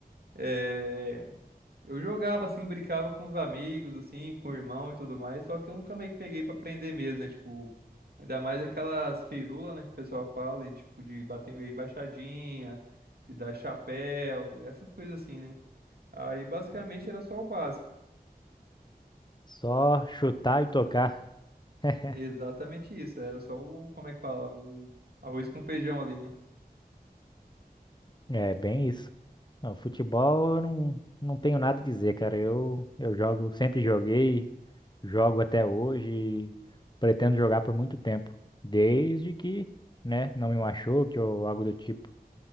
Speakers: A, on the right (about 75°); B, on the left (about 25°).
A: É, Eu jogava assim, brincava com os amigos, assim, com o irmão e tudo mais, só que eu nunca meio que peguei pra aprender mesmo, né? Tipo, ainda mais aquelas firulas, né, que o pessoal fala, e, tipo, de bater embaixadinha, de dar chapéu, essas coisas assim, né? Aí basicamente era só o básico.
B: Só chutar e tocar. <laughs>
A: Exatamente isso, era só o, como é que fala? O arroz com feijão ali, né?
B: É bem isso. Não, futebol eu não, não tenho nada a dizer, cara. Eu, eu jogo, sempre joguei, jogo até hoje e pretendo jogar por muito tempo. Desde que, né, não me machuque ou algo do tipo.